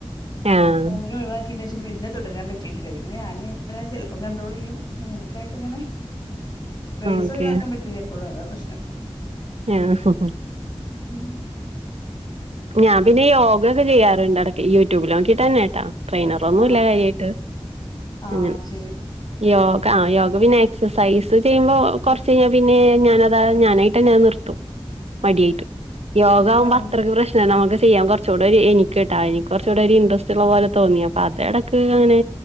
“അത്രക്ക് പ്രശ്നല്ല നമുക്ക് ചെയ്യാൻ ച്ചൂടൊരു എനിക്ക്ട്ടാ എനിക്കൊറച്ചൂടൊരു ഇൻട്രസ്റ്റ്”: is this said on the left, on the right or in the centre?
Right